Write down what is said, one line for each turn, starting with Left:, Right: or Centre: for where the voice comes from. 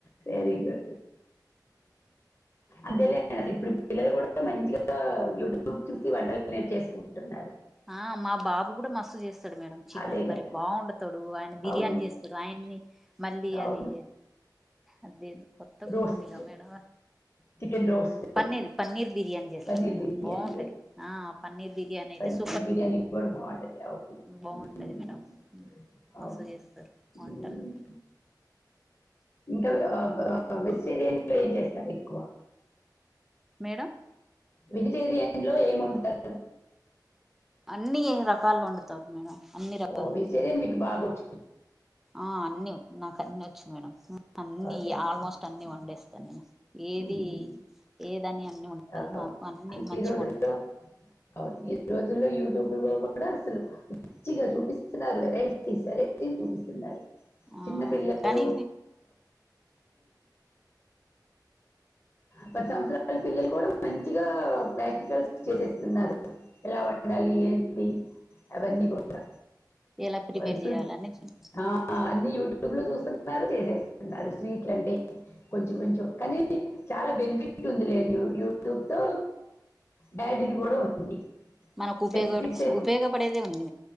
Left: సరిగా అదే ఇప్పుడు పిల్లలు కూడా మంచిగా యూట్యూబ్ చూసి వంటలు నేర్చేసుకుంటున్నారు
Centre: ఆ మా బాబు కూడా మస్తు చేస్తు కదా మేడం చికెన్
Left: అదే
Centre: కర్రీ
Left: కదా
Centre: బాగ వొండుతాడు ఆయన బిర్యానీ
Left: అవును
Centre: చేస్తాడు ఆయన్ని మళ్ళీ
Left: అవును
Centre: అది అదే కొత్తగా
Left: roast
Centre: ఉందిగా madam
Left: chicken roast
Centre: paneer paneer biryani చేస్తారు
Left: paneer బిర్యానీ
Centre: బాగుంటది ఆ పన్నీర్ బిర్యాని అయితే సూప
Left: మీ బిర్యానీ కూడా బాగుంటది అవును
Centre: బాగుంటది
Left: మ్మ్.
Centre: మేడం మస్త్
Left: అవును
Centre: చేస్తారు వంటలు
Left: మ్మ్. ఇంకా వెజిటేరియన్ లో ఏం చేస్తారు ఎక్కువ
Centre: మేడం
Left: వెజిటేరియన్ లో ఎమ్ వండుతార్
Centre: అన్నీ రకాలు వండుతారు మేడం అన్ని రకాలు
Left: ఓ వెజిటేరియన్
Centre: ఇప్పుడు
Left: మీకు బాగోచ్చు
Centre: ఆ అన్ని నాకు అన్ని వచ్చు మేడం అన్ని
Left: ఓకే ఓకే
Centre: ఆల్మోస్ట్ అన్ని వండేస్తాను ఏది
Left: మ్మ్.
Centre: ఏదని అన్ని ఉండదు
Left: అవును
Centre: మాకు అన్ని
Left: అసలు
Centre: మంచి
Left: ఈ రోజుల్లో
Centre: వండుతాం
Left: అవును ఈ రోజుల్లో యూట్యూబ్ లో కూడా అసలు మంచిగా చూపిస్తున్నారు కదా వెరైటీస్ వెరైటీ చూపిస్తున్నారు
Centre: ఆ
Left: చిన్నపిల్లలు
Centre: కానీ
Left: పది సంవత్సరాల పిల్లలు కూడా మంచిగా ప్రాక్టికల్స్ చేసేస్తున్నారు ఎలా ఉండాలి ఏంటి అవన్నీ కూడా
Centre: ఎలా ప్రిపేర్
Left: ఇప్పుడు
Centre: చేయాల అని చూపిస్తూ
Left: ఆ, అన్ని యూట్యూబ్ లో చూస్తున్నారు చేసేస్తున్నారు స్వీట్లు అంటే కొంచెం కొంచెం కానీ చాలా బెనిఫిట్ ఉంది లేండి యూట్యూబ్ తో డాడీది కూడా ఉంది
Centre: మనకు ఉపయోగపడే
Left: బెనిఫిట్స్ ఏం
Centre: ఉపయోగపడేదే ఉంది